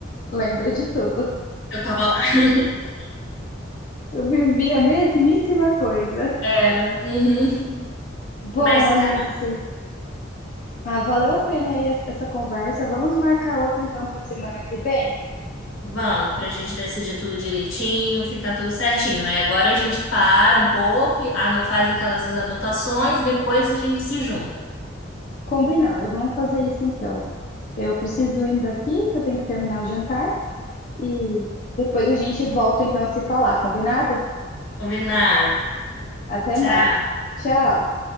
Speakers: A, on the left; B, on the left.
A: Lembra de tudo.
B: Eu tava lá. <laughs>
A: Eu vivi a mesmíssima coisa.
B: É, uhum.
A: Bom,
B: Mas,
A: Alice,
B: cara,
A: ah, valeu a pena aí es- essa conversa. Vamos marcar outra então para semana que vem?
B: vamos, pra gente decidir tudo direitinho, ficar tudo certinho. Aí agora a gente para um pouco, e ano- faz aquelas anotações, depois a gente se junta.
A: Combinado, vamos fazer isso então. Eu preciso indo aqui, que eu tenho que terminar o jantar, e depois a gente volta então a se falar, combinado?
B: Combinado.
A: Até
B: Tchau.
A: mais. Tchau.